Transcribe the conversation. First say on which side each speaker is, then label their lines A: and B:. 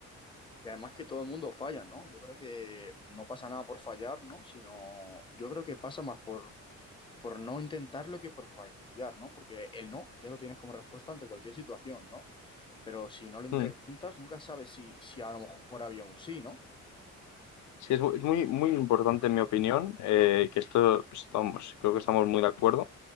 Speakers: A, on the left; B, on the left.
A: Y además que todo el mundo falla, ¿no? Yo creo que no pasa nada por fallar, ¿no? Sino yo creo que pasa más por, por no intentarlo que por fallar, ¿no? Porque el no ya lo tienes como respuesta ante cualquier situación, ¿no? Pero si no lo intentas,
B: Mm.
A: nunca sabes si, si a lo mejor había un sí, ¿no?
B: Sí, es, mu- es muy, muy importante, en mi opinión, eh, que esto, pues, vamos, creo que estamos muy de acuerdo.